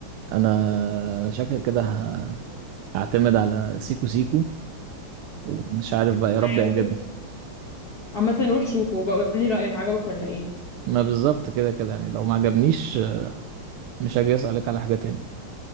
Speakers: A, on the right; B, on the left.
A: أنا شكلك كده ه- هعتمد على سيكو سيكو ومش عارف بقى يا رب
B: ايوه
A: يعجبني
B: ممكن عامه روح شوفه وبقول لي رايك عجبك ولا ايه
A: ما بالظبط كده كده يعني لو ما عجبنيش مش هاجي اسالك على حاجه تاني